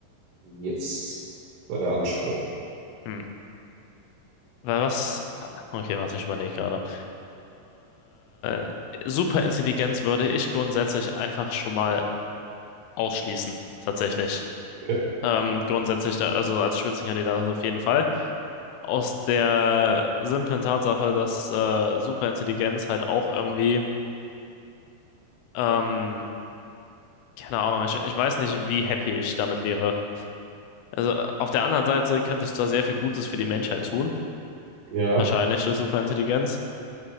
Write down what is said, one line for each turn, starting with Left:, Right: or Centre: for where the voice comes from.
Right: Yes, war der Anspruch.
Left: Hm. Weil was? Okay, warte, ich überlege gerade. Äh, Superintelligenz würde ich grundsätzlich einfach schon mal ausschließen, tatsächlich.
Right: Okay.
Left: Ähm, grundsätzlich, da, also als Spitzenkandidat auf jeden Fall. Aus der simplen Tatsache, dass äh, Superintelligenz halt auch irgendwie ähm, Keine Ahnung, ich, ich weiß nicht, wie happy ich damit wäre. Also äh, auf der anderen Seite könnte ich zwar sehr viel Gutes für die Menschheit tun,
Right: Ja.
Left: wahrscheinlich durch Superintelligenz,